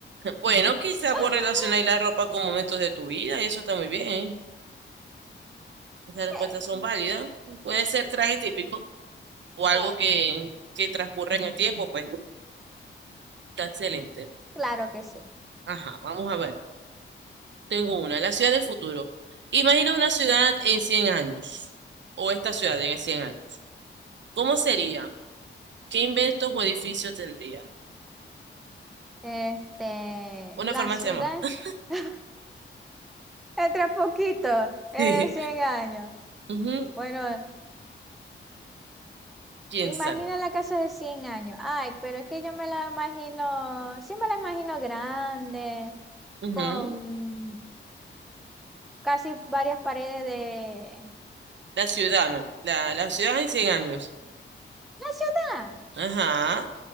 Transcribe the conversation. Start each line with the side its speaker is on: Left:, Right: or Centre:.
Right: Bueno, quizás
Centre: <laughs>
Right: vos relacionáis la ropa con momentos de tu vida y eso está muy bien. Esas
Centre: Sí,
Right: respuestas son válidas. Puede ser traje típico o
Centre: sí,
Right: algo que, que transcurre en el tiempo, pues está excelente.
Centre: claro que sí.
Right: Ajá, vamos a ver. Tengo una, la ciudad del futuro. Imagina una ciudad en cien años o esta ciudad en 100 años. ¿Cómo sería? ¿Qué inventos o edificios tendría?
Centre: Este,
Right: Una
Centre: la
Right: farmacia
Centre: ciudad,
Right: más. <laughs>
Centre: <laughs> entre poquito, es
Right: Sí.
Centre: 100 años.
Right: Ujú,
Centre: Bueno,
Right: Piénsalo.
Centre: imagina la casa de cien años. Ay, pero es que yo me la imagino, sí me la imagino grande,
Right: Ujú.
Centre: con casi varias paredes de...
Right: La ciudad, ma'am. la, la ciudad en 100 años.
Centre: La ciudad,
Right: Ajá.